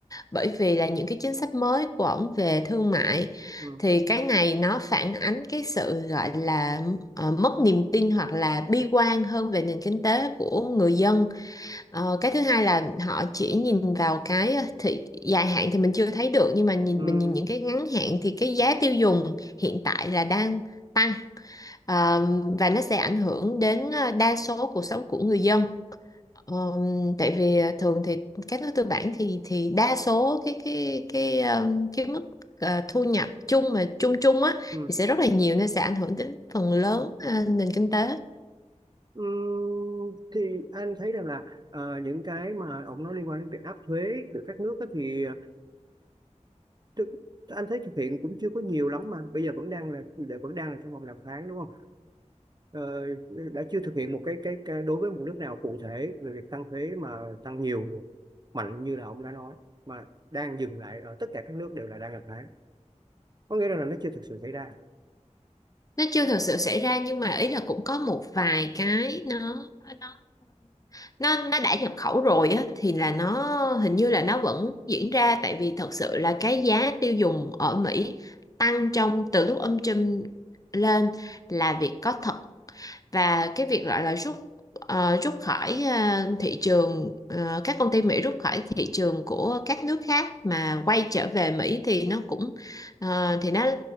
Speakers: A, on the left (about 30°); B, on the right (about 35°).
A: bởi vì là những cái chính sách mới của ổng về thương mại
B: ừm,
A: thì cái này nó phản ánh cái sự gọi là ờ, mất niềm tin hoặc là bi quan hơn về nền kinh tế của người dân Ờ, cái thứ hai là họ chỉ nhìn vào cái ờ, thị dài hạn thì mình chưa thấy được nhưng mà nhìn
B: ừm,
A: mình nhìn những cái ngắn hạn thì cái giá tiêu dùng hiện tại là đang tăng Ờ, và nó sẽ ảnh hưởng đến ờ, đa số cuộc sống của người dân. Ờ, tại vì ờ, thường thì các nước tư bản thì thì đa số cái cái cái ờ, cái mức ờ, thu nhập chung mà chung chung á
B: ừm.
A: thì sẽ rất là nhiều nên sẽ ảnh hưởng đến phần lớn ờ, nền kinh tế.
B: Ừm, thì anh thấy rằng là ờ, những cái mà ông nói liên quan đến việc áp thuế của các nước á thì thực, anh thấy thực hiện cũng chưa có nhiều lắm mà bây giờ vẫn đang là là- vẫn đang là trong vòng đàm phán đúng không ờ, đã chưa thực hiện một cái, cái cái đối với một nước nào cụ thể về việc tăng thuế mà tăng nhiều mạnh như là ông đã nói mà đang dừng lại ở tất cả các nước đều là đang đàm phán có nghĩa là nó chưa thực sự xảy ra
A: nó chưa thực sự xảy ra nhưng mà ý là cũng có một vài cái nó nó nó nó đã nhập khẩu rồi á thì là nó hình như là nó vẫn diễn ra tại vì thật sự là cái giá tiêu dùng ở Mỹ tăng trong từ lúc ông Trump lên là việc có thật và cái việc gọi là rút ờ, rút khỏi ờ, thị trường ờ, các công ty Mỹ rút khỏi thị trường của các nước khác mà quay trở về Mỹ thì nó cũng ờ, thì nó